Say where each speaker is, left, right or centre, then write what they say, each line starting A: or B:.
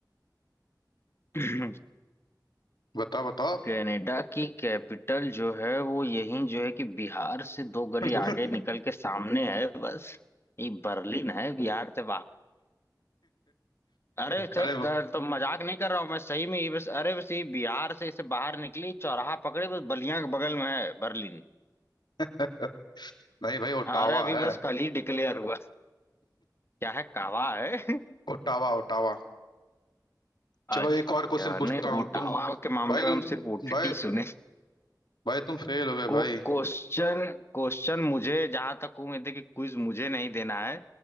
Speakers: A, on the left; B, on the left.
A: <clears throat>
B: बताओ बताओ
A: कनाडा की कैपिटल जो है वो यही जो है कि बिहार से दो गली
B: <laughs>
A: आगे निकल के सामने है बस ये बर्लिन है बिहार से अरे सही-
B: अरे वो-
A: द- तो मजाक नहीं कर रहा हूँ मैं सही में ही बस अरे बस ये बिहार से इसे बाहर निकली चौराहा पकड़े बस बलिया के बगल में है बर्लिन
B: <laughs> नहीं भाई ओटावा
A: हाँ, अरे अभी
B: है
A: बस कल ही डिक्लेयर हुआ क्या है कावा है <laughs>
B: Ottawa Ottawa चलो
A: अच्छा
B: एक और क्वेश्चन पूछता
A: नहीं
B: हूँ
A: ओटावा
B: तुम
A: के मामले
B: भाई
A: में
B: तुम
A: हम सिर्फ ओटीटी
B: भाई
A: सुने
B: भाई तुम फेल हो गए
A: को
B: भाई
A: क्वेश्चन क्वेश्चन मुझे जहां तक उम्मीद है कि क्विज मुझे नहीं देना है